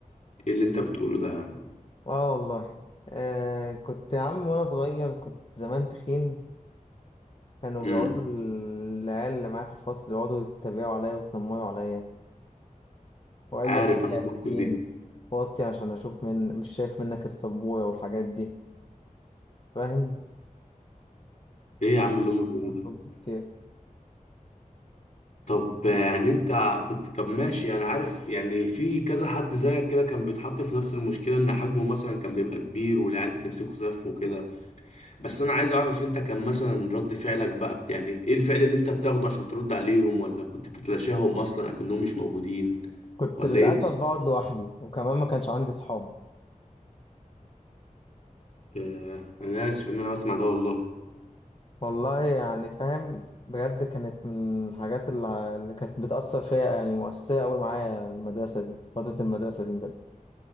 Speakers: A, on the left (about 60°); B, on the left (about 40°).
A: ايه اللي انت بتقوله ده يا عم
B: اه والله آه كنت يا عم وانا صغير كنت زمان تخين كانوا
A: امم
B: بيقعدوا العيال اللي معايا في الفصل يقعدوا يتريقوا عليا ويتنمروا عليا واي
A: عارف انا
B: حاجه
A: الموقف
B: تخين
A: دي
B: وطي عشان اشوف من مش شايف منك السبوره والحاجات دي فاهم
A: ايه يا عم اللي هم بيقولوه
B: فقلت
A: ده
B: كتير
A: طب يعني انت كنت طب ماشي انا عارف يعني في كذا حد زيك كده كان بيتحط في نفس المشكله ان حجمه مثلا كان بيبقى كبير والعيال بتمسكه سف وكده بس انا عايز اعرف انت كان مثلا رد فعلك بقى بت- يعني ايه الفعل اللي انت بتاخده عشان ترد عليهم ولا كنت بتتلاشاهم اصلا اكنهم مش موجودين
B: كنت
A: ولا
B: للاسف
A: ايه بالظبط
B: بقعد لوحدي وكمان ما كانش عندي صحاب
A: ياه، انا اسف ان انا بسمع ده والله
B: والله يعني فاهم بجد كانت من الحاجات اللي اللي كانت بتاثر فيا يعني مؤثره قوي معايا المدرسه دي فتره المدرسه دي بجد